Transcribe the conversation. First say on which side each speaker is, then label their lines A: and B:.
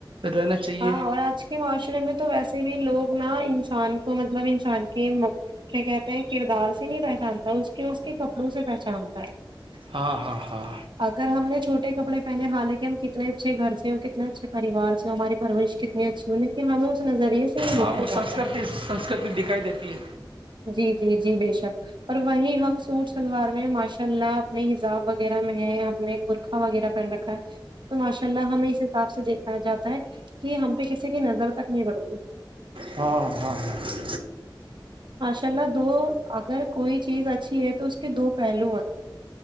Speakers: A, on the right; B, on the right.
A: رہنا چاہیے
B: ہاں اور آج کے معاشرے میں تو ویسے بھی لوگ نا ان انسان کو مطلب انسان کے کیا کہتے ہیں کردار سے نہیں پہچانتا اس کے اس کے کپڑوں سے پہچانتا ہے
A: ہاں ہاں ہاں
B: اگر ہم نے چھوٹے کپڑے پہنے حالانکہ ہم کتنے کتنے اچھے گر سے اور کتنے اچھے پوار سے ہو ہمارے پرروش کتنی اچھی ہو لیکن ہم لو اس نظریے سے نہیں دیکھا
A: ہاں وہ
B: جاتا
A: سنسکرتی سنسکرتی دکھائی دتی ہے
B: جی جی جی بےشک اور وہی ہم سوٹ شلوار میں ماشاء اللہ اپنے حزاب وغیرہ میں ہے اپنے پورکھا وغیرہ پہن رکھا ہے تو ماشاء اللہ ہمیں اس حساب سے دیکھایا جاتا ہے کہ ہم پہ کسی کی نظر تک نہیں پڑتی
A: ہاں ہاں ہاں
B: چلا دو اگر کوئی چیز اچھی ہے تو اس کے دو پہلو ہیں